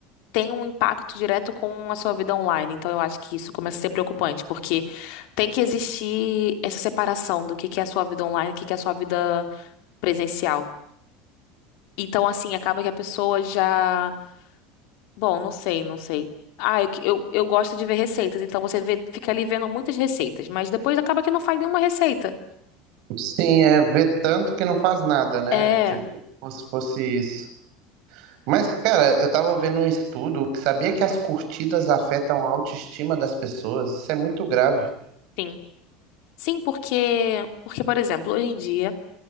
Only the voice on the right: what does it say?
Sim, é ver tanto que não faz nada, né?
Tipo, como se fosse isso. Mas, cara, eu tava vendo um estudo que sabia que as curtidas afetam a autoestima das pessoas. Isso é muito grave.